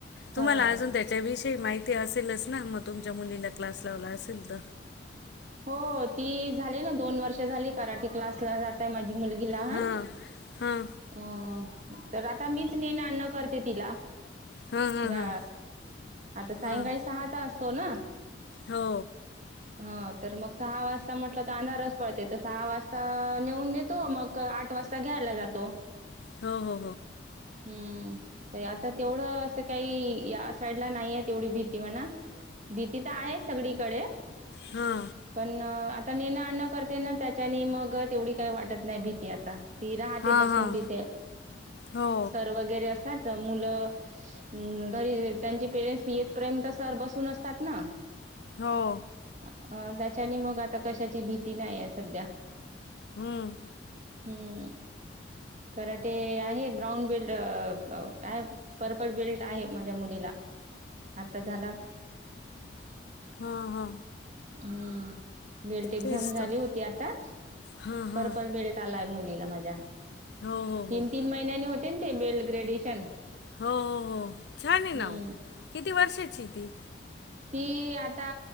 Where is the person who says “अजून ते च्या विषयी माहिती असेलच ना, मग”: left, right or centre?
Left